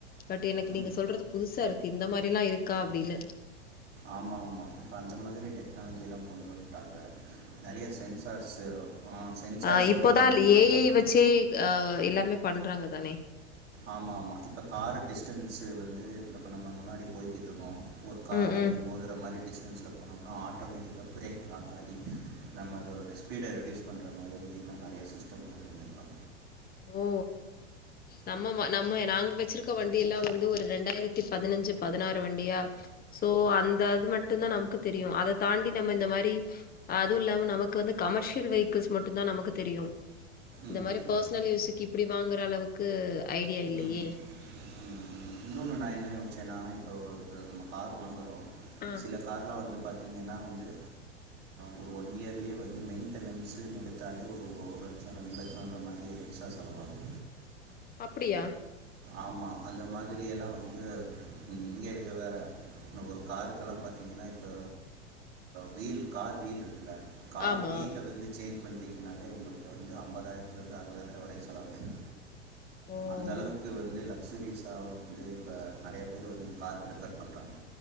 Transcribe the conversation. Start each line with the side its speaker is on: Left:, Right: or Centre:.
Left: பட் எனக்கு நீங்க
Right: ம்
Left: சொல்றது புதுசா இருக்கு இந்த மாதுரி எல்லா இருக்கா அப்டின்னு
Right: ஆமா ஆமா இப்ப அந்த மாதுரி டெக்னாலஜி எல்லா கொண்டு வந்துட்டாங்க நறைய சென்சார்ஸு சென்சார்ஸோடலாம்
Left: அ இப்போதா
Right: கொண்டு வந்துட்டாங்க.
Left: ஏ ஏ வச்சே அ எல்லாமே பண்றாங்க தானே
Right: ஆமா ஆமா இப்ப கரு டிஸ்டன்ஸ் வந்து நம்ம முன்னாடி போய் கித்துக்கோ ஒரு காரில்
Left: ம், ம்.
Right: போய் மோதுகிற மாதுரி டிஸ்டன்ஸில் போனோம்னா ஆட்டோமேட்டிக்காக பிரேக் லாக் ஆகி நம்ம அதோட ஸ்பீடை ரெடியூஸ் பண்ற மாதிரில்லா நறைய சிஸ்டம் கொண்டு வந்திருக்கோ
Left: ஓ! நம்ம நம்ம நாங்க வச்சிருக்க வண்டி எல்லாம் வந்து ஒரு இண்டாயிரத்தி பதினஞ்சு பதினாறு வண்டியா சோ அந்த அது மட்டுந்தா நமக்கு தெரியு அத தாண்டி நம்ம இந்த மாதுரி அதுவு இல்லாம நமக்கு வந்து கமர்ஸ்சியல் வெஹிகிள் மட்டுந்தா நமக்கு தெரியு
Right: ம்,
Left: இந்த மாரி
Right: ம்,
Left: பேஸ் நல் யூஸ்க்கு இப்புடி வாங்குற அளவுக்கு ஐடியா இல்லயே
Right: ம். ம் ம் இன்னொன்று நா என்ன யோஸ்சேன்னா இப்போ ஒரு நம்ம கார் வாங்குகிறோ
Left: ஆ.
Right: சில கார்லா வந்து பார்த்திங்கன்னா வந்து ஒரு ஒன் இயர்லயே வந்து மெயின்டனன்ஸு எடுத்தாலே ஒரு ஒரு லட்சோ ரெண்டு லட்சம்ன்ற மாத்ரி எக்ஸ்ட்ராா செலவாகுது
Left: அப்புடியா
Right: ஆமா அந்த மாதுரி எல்லா வந்து இங்க வேற இன்ன ஒரு காருக்கெல்லா பார்த்தீங்கன்னா இப்ப வீல் கார் வீல் இருக்குல கார்
Left: ஆமா.
Right: வீல வந்து சேஞ் பண் னாலே உங்களுக்கு வந்து அம்பதாயிரத்திலிருந்து அறுபதாயிரம் வரை செலவ வேண்
Left: ஓ!
Right: அந்த அளவுக்கு வந்து லக்சரிஸா வந்து இப்போ நிறைய பேர் வந்து காருக்கு ரேஃபர் பண்ணுறாங்க